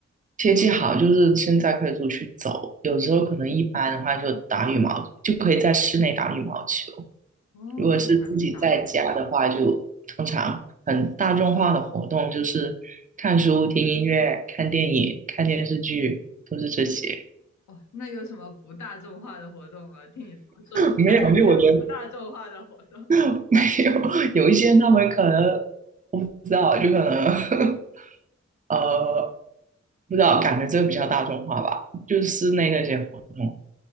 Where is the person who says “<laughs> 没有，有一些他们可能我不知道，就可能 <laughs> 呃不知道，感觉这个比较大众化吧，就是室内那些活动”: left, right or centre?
Right